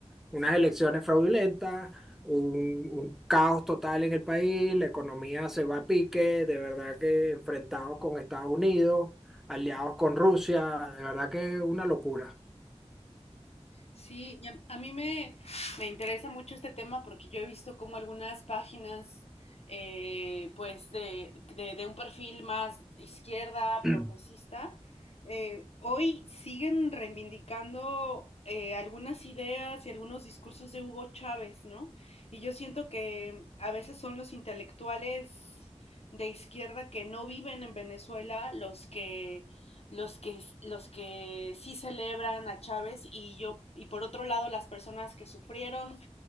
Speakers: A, in the centre; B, on the left.
A: unas elecciones fraudulentas, un, un caos total en el país, la economía se va a pique, de verdad que enfrentados con Estados Unidos, aliados con Rusia, de verdad que una locura.
B: Sí, y a, a mí me, me interesa mucho este tema porque yo he visto como algunas páginas, eh, pues, de, de, de un perfil más izquierda,
A: <clears throat>
B: progresista, eh, hoy siguen reivindicando eh, algunas ideas y algunos discursos de Hugo Chávez, ¿no? Y yo siento que a veces son los intelectuales de izquierda que no viven en Venezuela los que los que, los que sí celebran a Chávez y yo, y por otro lado las personas que sufrieron,